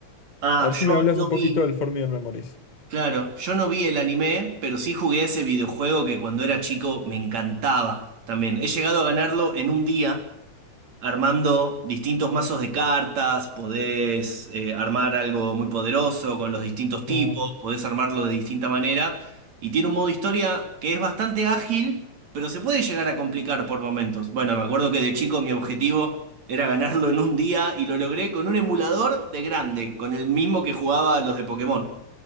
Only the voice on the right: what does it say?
Ah,
yo
no
vi.
Claro, yo no vi el anime, pero sí jugué a ese videojuego que cuando era chico me encantaba también. He llegado a ganarlo en un día, armando distintos mazos de cartas, podés eh, armar algo muy poderoso con los distintos tipos,
podés armarlo de distinta manera, y tiene un modo historia que es bastante ágil, pero se puede llegar a complicar por momentos. Bueno, me acuerdo que de chico mi objetivo era ganarlo en un día y lo logré con un emulador de grande, con el mismo que jugaba a los de Pokémon.